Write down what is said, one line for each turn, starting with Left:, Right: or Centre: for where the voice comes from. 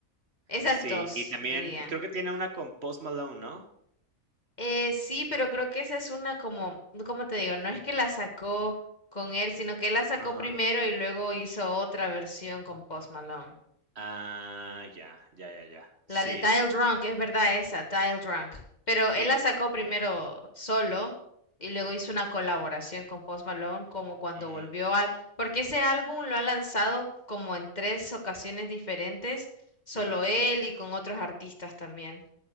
Left: Esas
Right: sí.
Left: dos,
Right: Y también
Left: diría.
Right: creo que tiene una con Post Malone, ¿no?
Left: Eh, sí, pero creo que esa es una como, ¿cómo te digo? No es que la sacó con él, sino que él la sacó
Right: Ajá.
Left: primero y luego hizo otra versión con Post Malone.
Right: Ah, ya, ya, ya, ya.
Left: La
Right: Sí,
Left: de Dial Drunk, es verdad esa, Dial Drunk. Pero él
Right: sí.
Left: la sacó primero solo y luego hizo una colaboración con Post Malone como cuando
Right: Mm,
Left: volvió al... Porque ese álbum lo ha lanzado como en tres ocasiones diferentes, solo
Right: ujú.
Left: él y con otros artistas también.